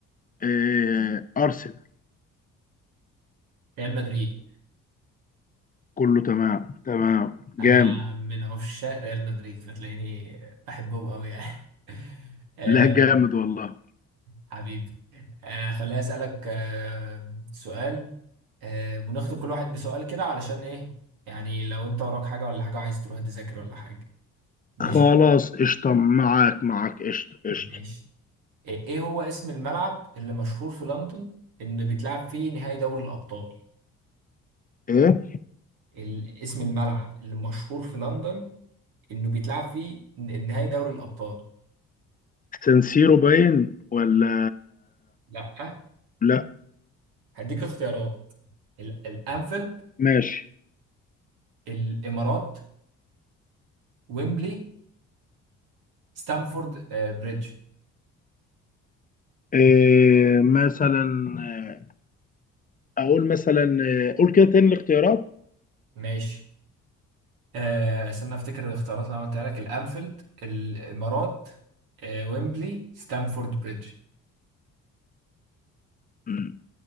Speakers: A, on the left (about 25°); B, on the right (about 75°).
A: ايه ارسنال
B: ريال مدريد
A: كله تمام تمام
B: انا
A: جامد
B: من عشاق ريال مدريد فتلاقيني بحبهم قوي يعني <laughs> آه
A: لا جامد والله
B: حبيبي آه خليني أسألك آه سؤال آه ونختم كل واحد بسؤال كده علشان ايه يعني لو انت وراك حاجة ولا حاجة عايز تروح تذاكر ولا حاجة ماشي
A: خلاص قشطه معاك معاك قشطه قشطه
B: ماشي ايه إيه هو اسم الملعب اللي مشهور في لندن ان بيتلعب فيه نهائي دوري الأبطال
A: ايه
B: ال- اسم الملعب اللي مشهور في لندن انه بيتلعب فيه ن- نهائي دوري الابطال
A: سانسيرو باين ولا
B: لا
A: لا
B: هديك اختيارات ال- الانفيلد
A: ماشي
B: الامارات ويمبلي ستامفورد آه، بريدج
A: إيه مثلا آه، اقول مثلا آه، قول كده تاني الاختيارات
B: ماشي آه، استنى افتكر الاختيارات اللي انا قلتها لك الانفيلد الامارات آه، ويمبلي ستامفورد بريدج
A: مم،